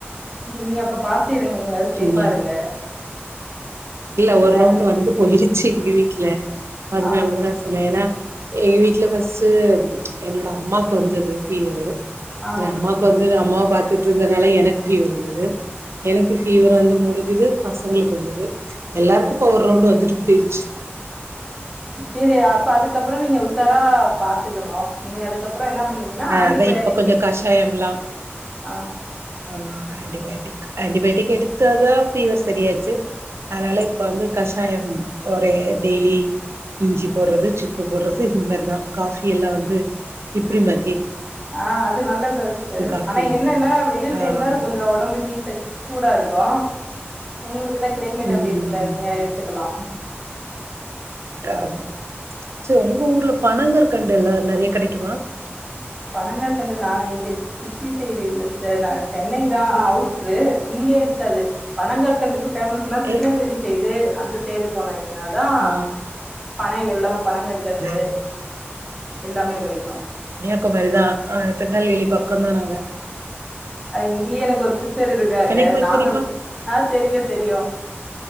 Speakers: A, in the centre; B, on the right.
A: நீங்க அப்ப பாத்து இருங்கங்க சேஃபா
B: ம்
A: இருங்க
B: இல்ல ஒர்
A: ஏன்னா
B: ரவுண்டு வந்து போயிருச்சி எங்க வீட்ல அதனாலதா
A: ஆ
B: நா சொன்ன ஏனா எங்க வீட்ல பஸ்ஸு என்னோட அம்மாக்கு வந்தது ஃபீவரு
A: ஆ
B: அ எ அம்மாவ்க் வந்திந்த அம்மாவ பா தொட்டுருந்ததுனால எனக்கு ஃபீவர் வந்தது எனக்கு ஃபீவர் வந்து முடிஞ்சுது பசங்களுக்கு வந்தது எல்லாருக்கும் இப்போ ஒரு ரவுண்டு வந்துட்டு போயிருச்சு
A: சேரி அப்ப அதுக்கப்புற நீங்க உஷாரா பாத்துக்கணு நீங்க அதுக்கப் அப்றோ என்னா பண்ணீங்கன்னா
B: ஆ
A: ஆன்டிபயாட்டிக்
B: அதா இப்ப கொஞ்ச கஷாயம்லா
A: அ
B: ஆ ஆன்டிபயாட்டிக் ஆன்டிபயோட்டிக் எடுத்தாதா ஃபீவர் செரியாச்சு அதனால இப்ப வந்து கஷாயம் ஒரே டெய்லி இஞ்சி போடுறது சுக்கு போடுறது இந்த மாரிதா காஃபி எல்லா வந்து இப்படி மா
A: ஆ அது நல்லது சிஸ்டர்
B: காஃபி
A: ஆனா என்னன்னா வெயில் டைம்ல
B: ஆமா
A: அது கொஞ்ச உடம்பு ஹீட் சூடா இருக்கு கோ உங்களுக்குதா க்ளைமேட்
B: ம்
A: அப்டி இருக்குல்ல நீங்க எடுத்துக்கலா
B: ஆமா சரி உங்க ஊர்ல பணங்கற்கண்டு எல்லா நெறையா கடைக்குமா
A: பணங்கற்கண்டு நா இங்க சிட்டி சைடு இல்ல ச நான் சென்னை தான் ஆனா அவுட்ரு இங்க இருக்காது பணங்கற்கண்டுக்கு பேமஸ்னா திருநெல்வேலி
B: ஏ
A: சைடு அந்த சைடு போனாங் என்ன தான்
B: ஆ
A: பனை வெல்லம் பணங்கற்கண்டு
B: நா
A: எல்லாமே கடைக்கு
B: பக்கம் மாரிதான் நா திருநெல்வேலி பக்கம் தான் நாங்க
A: அ இங்கேயு எனக்கு ஒரு சிஸ்டர் இருக்காங்க
B: கன்னியாகுமரி
A: நாகர்
B: தெரியுமா
A: ஆ தெரியு தெரியு